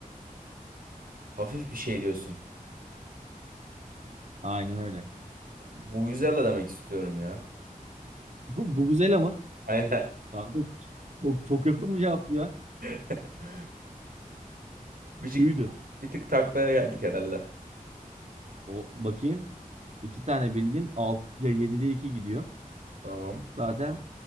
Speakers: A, on the right; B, on the right.
A: Hafif bir şey diyorsun.
B: Aynen öyle.
A: Vuvuzela demek istiyorum ya.
B: Bu Vuvuzela mı?
A: Aynen.
B: Abi, çok, çok yakın mı cevap bu ya?
A: <laughs> Bir, şey,
B: Tüydü.
A: bir tık taklaya geldik herhalde.
B: O bakayım. İki tane bildin. Alt, ya 7'de 2 gidiyor.
A: Tamam.
B: Zaten